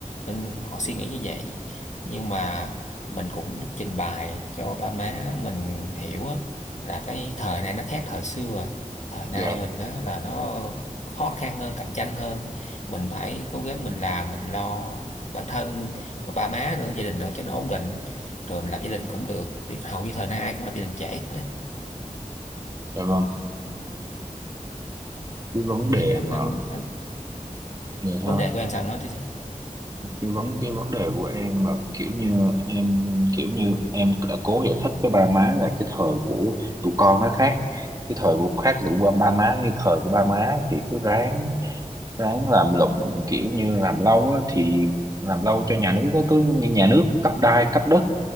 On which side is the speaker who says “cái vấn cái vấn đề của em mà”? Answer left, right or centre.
Right